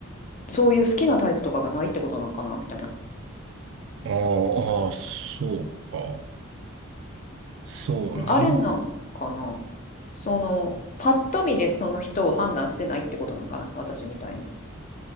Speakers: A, on the left; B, on the right.
A: そういう好きなタイプとかがないってことなんかなみたいな。
B: ああ、そうか。そうね。
A: あれなんかな。そのパッと見でその人を判断してないってことなんかな私みたいに。